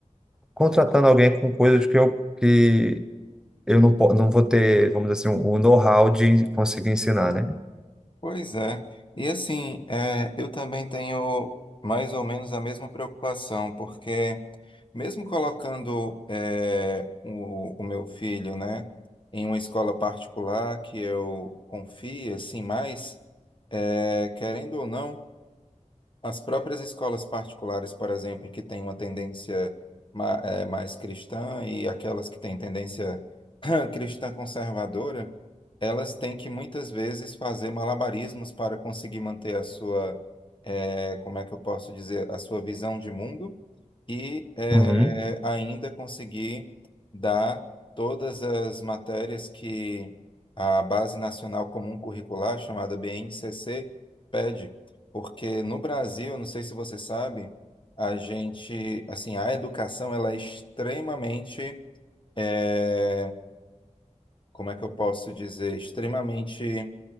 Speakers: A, in the centre; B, on the left (about 40°).
A: contratando alguém com coisas que eu, que eu não, po- não vou ter, vamos dizer assim, o know-how de conseguir ensinar, né?
B: Pois é. E assim, é, eu também tenho mais ou menos a mesma preocupação, porque mesmo colocando é, o, o meu filho, né, em uma escola particular que eu confio, assim, mais, é, querendo ou não, as próprias escolas particulares, por exemplo, que têm uma tendência ma- é, mais cristã e aquelas que têm tendência cristã conservadora, elas têm que muitas vezes fazer malabarismos para conseguir manter a sua, eh, como é que eu posso dizer, a sua visão de mundo e eh,
A: Uhum.
B: ainda conseguir dar todas as matérias que a Base Nacional Comum Curricular, chamada BNCC, pede. Porque no Brasil, não sei se você sabe, a gente, assim, a educação ela é extremamente eh, como é que eu posso dizer, extremamente